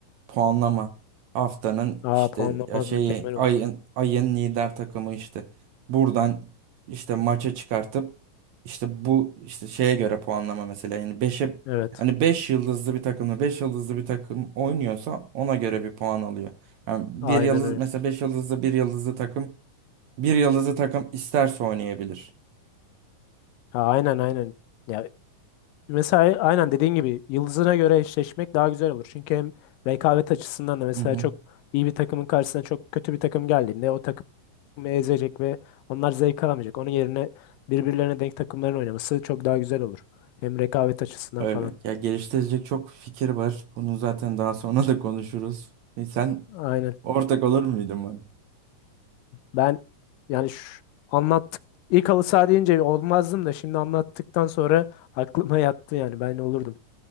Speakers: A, on the right; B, on the left.
A: Puanlama. Haftanın
B: Aa
A: işte
B: puanlama
A: ya şeyi
B: mükemmel olur.
A: ayın ayın lider takımı işte buradan işte maça çıkartıp işte bu işte şeye göre puanlama mesela yani 5'e
B: Evet.
A: hani 5 yıldızlı bir takımla 5 yıldızlı bir takım oynuyorsa ona göre bir puan alıyor. Yani bir
B: Aynen
A: yıldız
B: öyle.
A: mesela 5 yıldızlı bir yıldızlı takım bir yıldızlı takım isterse oynayabilir.
B: Ha, aynen aynen. Ya mesela aynen dediğin gibi yıldızına göre eşleşmek daha güzel olur. Çünkü hem rekabet açısından da mesela
A: Hı hı.
B: çok iyi bir takımın karşısına çok kötü bir takım geldiğinde o takım ezecek ve onlar zevk alamayacak. Onun yerine birbirlerine denk takımların oynaması çok daha güzel olur. Hem rekabet açısından
A: Öyle.
B: falan.
A: Ya geliştirecek çok fikir var. Bunu zaten daha sonra da konuşuruz. E sen
B: Aynen.
A: ortak olur muydun bana?
B: Ben yani şu, anlattık. İlk halı saha deyince olmazdım da şimdi anlattıktan sonra aklıma yattı yani ben olurdum.